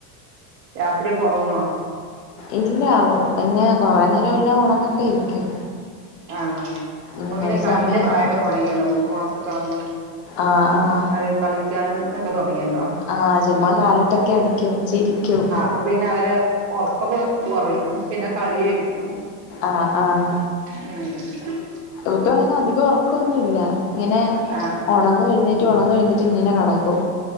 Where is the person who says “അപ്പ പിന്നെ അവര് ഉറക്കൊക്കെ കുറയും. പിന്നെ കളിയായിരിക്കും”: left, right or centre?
Right